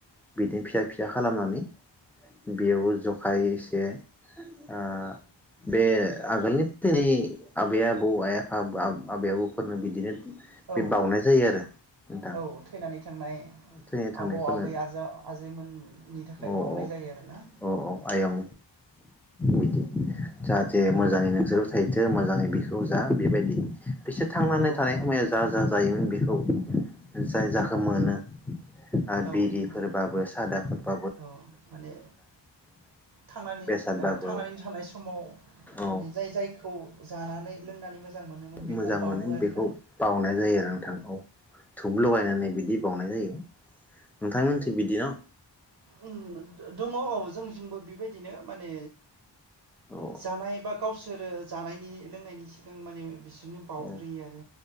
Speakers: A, in the centre; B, on the right (about 60°).
A: बिदिनो फिसा फिसा खालामनानै बेयाव जखाय एसे आ बे आगोलनि थैनाइ आबै आबौ, आइ आफा बा आबै आबौफोरनो बिदिनो बे
B: औ
A: बाउनाय जायो आरो नोंथां
B: औ थैनानै थांनाय
A: थैनो थांनायफोरनो
B: आबौ, आबै आजा आजैमोन नि थाखाय
A: औ
B: बावनाय जायो आरोना?
A: औ औ आयं बिदि जाहाथे मोजाङैनो
B: औ
A: सुख थाहैथों सोर मोजाङै बेखौ जा बेबायदि बिसोर थांनानै
B: औ
A: थानाय समायाव जा जा जायोमोन बेखौ जाय जाखो मोनो आ
B: औ
A: बिरिफोरबाबो
B: औ
A: सादाफोर
B: औ माने थांनानै
A: बेसादबाबो
B: औ थांनानै थानाय समाव माने
A: औ
B: जाय जायखौ जानानै लोंनानै मोजां मोनोमोन बेखौ
A: मोजां
B: बावो
A: मोनो
B: आरोना
A: बेखौ बावनाय जायो आरो नोंथां औ। धुप लगायनानै बिदि बावनाय जायो। नोंथां मोनथिं बिदि न'?
B: ओम दङ औ जोंनिजोंबो बेबायदिनो माने
A: औ
B: जानाय बा गावसोरो जानायनि लोंनायनि सिगां माने बिसोर बिदिनो बाउग्रोयो
A: औ
B: आरो